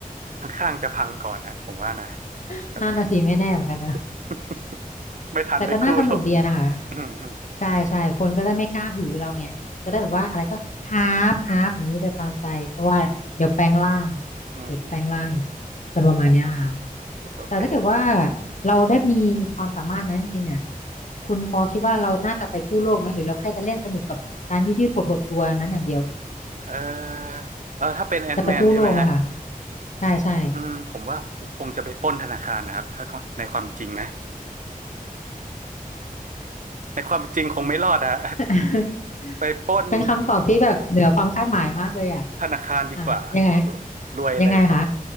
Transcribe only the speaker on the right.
ข้างๆจะพังก่อนนะผมว่านะ
แบบ
<laughs> ไม่ทันได้กู้โลก
อืม <laughs>
อืมอืม
โอเค
เออเออถ้าเป็นแอน
m ์แมนใช่ไหมฮะ
อืมผมว่าคงจะไปปล้นธนาคารนะครับถ้าในความจริงนะ <laughs> ในความจริงคงไม่รอดอะ
ไปปล้น
ธนาคารดีกว่ารวยรวยเลย